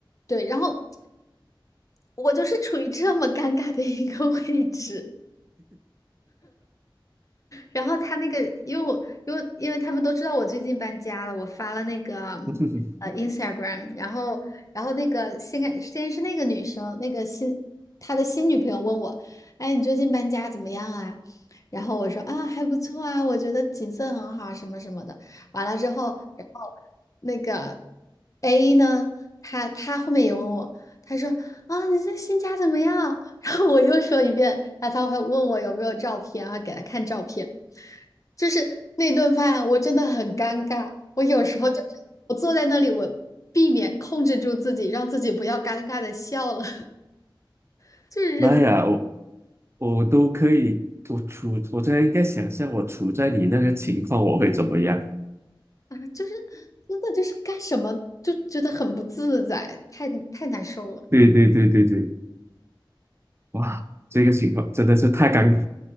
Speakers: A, on the left (about 40°); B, on the right (about 30°).
A: 对，然后我就是处于这么尴尬的一个 <laughs> 位置。然后他那个，因为我因为因为他们都知道我最近搬家了，我发了那个
B: <laughs>
A: 呃 Instagram，然后然后那个先开先是那个女生，那个新她的新女朋友问我，哎，你最近搬家怎么样啊？然后我说啊还不错啊，我觉得景色很好啊什么什么的。完了之后，然后那个 A 呢，他他后面也问我，他说啊你这新家怎么样？<laughs> 我又说一遍，然后他还问我有没有照片，啊，给他看照片。就是那顿饭啊，我真的很尴尬。我有时候就是我坐在那里，我避免控制住自己，让自己不要尴尬的笑了。<laughs> 就是人
B: 妈呀，我我都可以，我处我现在应该想象我处在你那个情况，我会怎么样？
A: 啊，就是真的就是干什么就觉得很不自在，太太难受了，
B: 对对对对对，哇，这个情况真的是太尴尬。